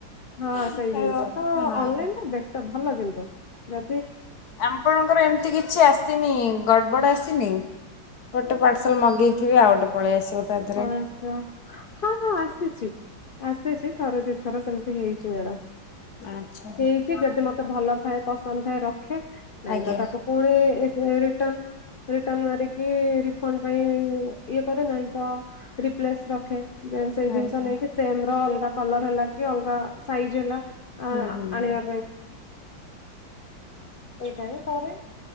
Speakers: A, on the left; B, on the left.
A: ହଁ
B: ହେଁହେ
A: ସେଇ ଜିନିଷ
B: ଆଉ
A: ତ
B: ହଁ।
A: ଅନଲାଇନ ଟା ବେଟର ଭଲ କିନ୍ତୁ ଯ
B: ଆଁପଣଙ୍କର ଏମିତି କିଛି ଆସିନି ଗ ବଡ ଆସିନି ଗୋଟେ ପାର୍ସଲ ମଗେଇଥିବେ ଆଉ ଗୋଟେ ପଳେଇ ଆସିବ ତା ଦେହରେ।
A: ପସ ହଁ ହଁ ଆସିଛି ଆସିଛି ଥରେଦ ତର ସେ ହେଇଛି ମ୍ୟାଡ଼ା
B: ଆଚ୍ଛା।
A: ହେଇଛି ଯଦି ମତ ତ ଭଲ ଥାଏ ପସନ୍ଦ ଥାଏ ର ଦେଖେ ନାଇଁ
B: ଆଜ୍ଞା।
A: ତ ତାକୁ ପୁଣି ରିଟନ ରିଟନ୍ ମାରିକି ରିଫଣ୍ଡ ପାଇଁ ଇଏ କର ନା ହଁ ରିପ୍ଲିସ ରଖେ ଯୋଉ ସେ ଜିନିଷ
B: ଆଜ୍ଞା।
A: ନେଇକି ଆମର ଅଲଗା। କଲର ହେଲା କି ଅଲଗା ସାଇଜ୍ ହେଲା। ଆ
B: ହୁଁ ହୁଁ।
A: ଆଣିବା ଏଇଟାାଇଁ କରେ।